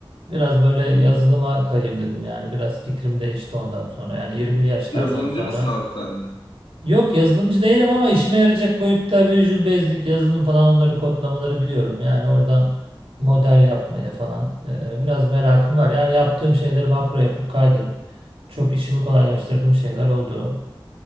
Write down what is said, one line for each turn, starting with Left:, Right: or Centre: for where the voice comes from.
Right: Biraz böyle yazılıma
Left: Hmm.
Right: kayayım dedim yani biraz fikrim değişti ondan sonra yani 20'li yaşlardan
Left: Yazılımcı
Right: sonra.
Left: mısın abi sen de?
Right: Yok yazılımcı değilim ama işime yarayacak boyutta Visual Basic yazılım falan onları kodlamaları biliyorum. Yani oradan model yapmaya falan e, biraz merakım var. Yani yaptığım şeyleri makro yapıp kaydedip çok işimi kolaylaştırdığım şeyler oldu.